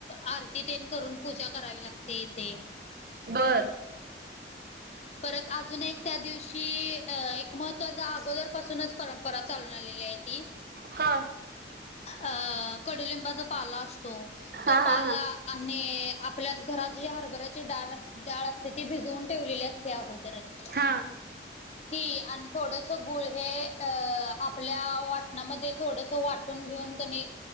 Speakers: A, on the left; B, on the right.
A: आरती तेन करून पूजा करावी लागते इथे.
B: बर.
A: परत अजून एक त्या दिवशी अ एक महत्त्वाचा अगोदर पाासूनच परंपरा चालून आलेली आहे ती.
B: हा.
A: अ कडुलिंबाचा पाला असतो तो,
B: हा
A: तो
B: हा
A: पाला
B: हा
A: आणि आपल्या घरात जे हरभऱ्याची डाळ डाळ असते ती भिजवून ठेवलेली असते अगोदरच. <inaudible>
B: हा
A: ती आणि थोडस गुळ हे अ आपल्या वाट थोडस वाटून घेऊन क नी